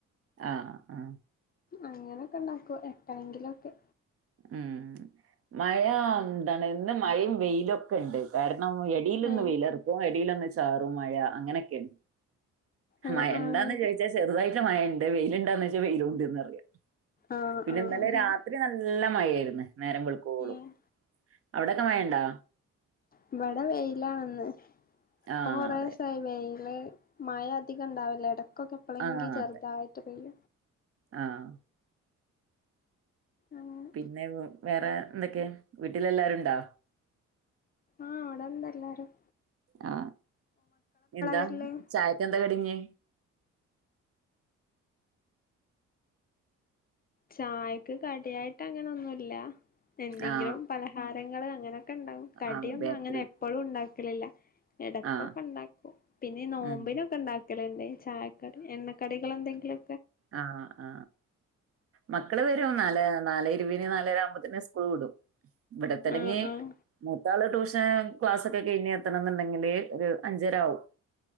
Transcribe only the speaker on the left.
അങ്ങനൊക്കെ ഇണ്ടാക്കു എപ്പളേങ്കിലൊക്കെ
ഏ
ആഹ്
ആഹ് അങ്ങനെ
ആഹ്
ആഹ്
അങ്ങനെ
ഏഹ്
ഇവടെ വെയിലാണ്ന്ന് ഇപ്പൊ
കൊറേസായി
വേയില് മഴ അധികം ഇണ്ടാവല്ല്യ എടഎട കൊക്കെപ്പളെങ്കി
ചെർതായിട്ട്
പെയ്യ
അങ്ങനെ
ആഹ് ഇവടെണ്ടല്ലാരും
വരല്
ചായക്ക് കടിയായിട്ട് അങ്ങനൊന്നുല്ല എന്തെങ്കിലും
പലഹാരങ്ങള് അങ്ങനെ ക്കണ്ടാവും കടിയൊന്നും
അങ്ങനെ എപ്പളും ഇണ്ടാക്കലില്ല ഇടക്കൊക്കെ
ഇണ്ടാക്കും പിന്നെ നോമ്പിനൊക്കെ
ഇണ്ടാ ക്കല്ണ്ടേ ചായക്കടി എണ്ണ കടികളെന്തെങ്കിലൊ
ആഹ് ആഹ്